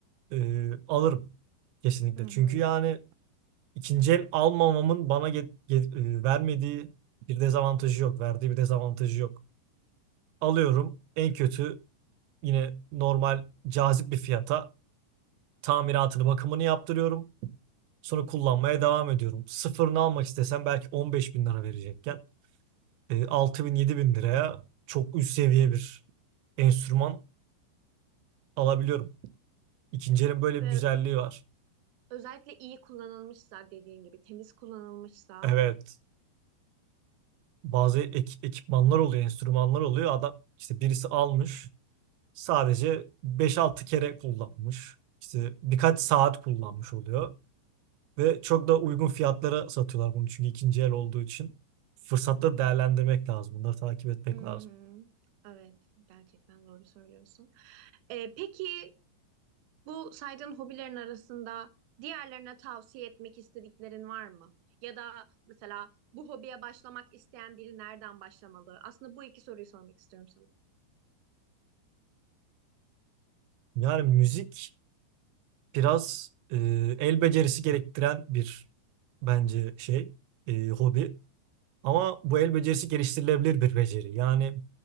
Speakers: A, on the right (about 85°); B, on the right (about 70°).
A: e, alırım kesinlikle.
B: Hı
A: Çünkü
B: hı.
A: yani İkinci el almamamın bana get- get- e, vermediği bir dezavantajı yok. Verdiği bir dezavantajı yok. Alıyorum en kötü yine normal cazip bir fiyata tamiratını bakımını yaptırıyorum. Sonra kullanmaya devam ediyorum. Sıfırını almak istesem belki 15 bin lira verecekken e, 6 bin 7 bin liraya çok üst seviye bir enstrüman alabiliyorum. İkinci elin böyle
B: Ve
A: bir güzelliği var.
B: özellikle iyi kullanılmışsa dediğin gibi temiz kullanılmışsa
A: Evet bazı ek- ekipmanlar oluyor enstrümanlar oluyor. Adam işte birisi almış sadece beş altı kere kullanmış. İşte birkaç saat kullanmış oluyor. Ve çok da uygun fiyatlara satıyorlar bunu çünkü ikinci el olduğu için. Fırsatları değerlendirmek lazım. Bunları takip etmek
B: Hı
A: lazım.
B: hı. evet gerçekten doğru söylüyorsun. Ee, peki Bu saydığın hobilerin arasında diğerlerine tavsiye etmek istediklerin var mı? Ya da mesela bu hobiye başlamak isteyen biri nereden başlamalı? Aslında bu iki soruyu sormak istiyorum
A: Yani müzik biraz e, el becerisi gerektiren bir bence şey, e, hobi. Ama bu el becerisi geliştirilebilir bir beceri. Yani